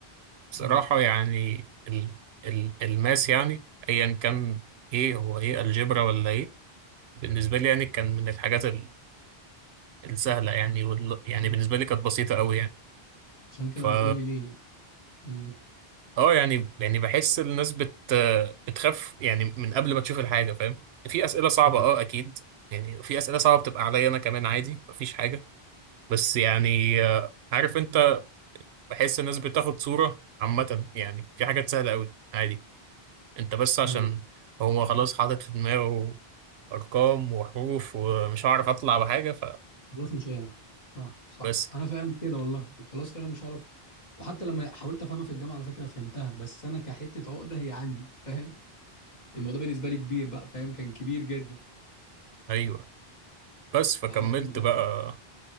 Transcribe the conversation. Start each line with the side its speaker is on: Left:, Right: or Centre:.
Right: بصراحة
Left: مم.
Right: يعني ال ال الماس يعني ايا كان ايه هو ايه الجبرا ولا ايه بالنسبة لي يعني كان من الحاجات ال- السهلة يعني وال يعني
Left: مم.
Right: بالنسبة لي كانت بسيطة قوي يعني
Left: عشان كده
Right: فا
Left: بتقولي ليه مم.
Right: اه يعني يعني بحس الناس بت بتخاف يعني من قبل ما تشوف الحاجة فاهم في أسئلة صعبة
Left: ايوه
Right: اه اكيد يعني في أسئلة صعبة بتبقى عليا انا كمان عادي مفيش حاجة بس يعني آه، عارف انت بحس الناس بتاخد صورة عامة يعني في حاجات سهلة قوي عادي انت بس عشان
Left: ايوه
Right: هو خلاص حاطط في دماغه ارقام وحروف ومش هعرف اطلع بحاجة
Left: خلاص مش هيعرف صح صح
Right: فبس
Left: انا فعلا كده والله وخلاص فعلا مش هعرف وحتى لما حاولت افهمها في الجامعه على فكره فهمتها بس انا كحته عقده هي عندي فاهم الموضوع بالنسبه لي كبير بقى فاهم كان كبير جدا
Right: ايوه بس فكملت
Left: يعني كان المدرس
Right: بقى